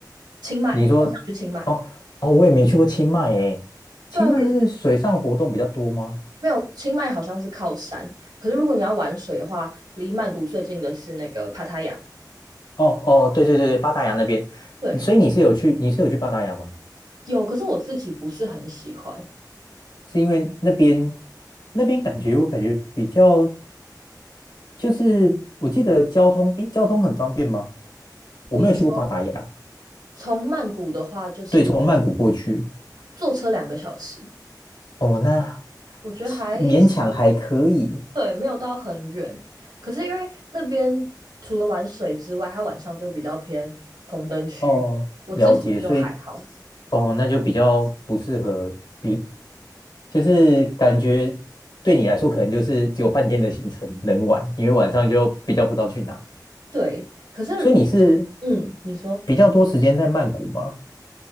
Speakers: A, on the right; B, on the left.
A: 清迈，
B: 你说，
A: 我很想去清迈。
B: 哦哦，我也没去过清迈诶，清迈就是水上活动比较多吗？
A: 对啊，可是没有清迈好像是靠山，可是如果你要玩水的话，离曼谷最近的是那个帕塔亚。
B: 哦哦，对对对对，巴达雅那边，
A: 对，
B: 所以你是有去，你是有去巴达雅吗？
A: 有，可是我自己不是很喜欢。
B: 是因为那边那边感觉我感觉比较，就是我记得交通，诶，交通很方便吗？我没有去过巴达雅，
A: 你从曼谷的话，就是
B: 对，从曼谷过去，
A: 坐车两个小时，
B: 哦，那
A: 我觉得还行。
B: 其勉强还可以，
A: 对，没有到很远。可是因为那边除了玩水之外，它晚上就比较偏红灯区，
B: 哦，
A: 我自己就还好。
B: 了解，所以哦，那就比较不适合，比就是感觉对你来说，可能就是只有半天的行程能玩，因为晚上就比较不知道去哪。
A: 对，可是如果
B: 所以你是
A: 嗯，你说
B: 比较多时间在曼谷吗？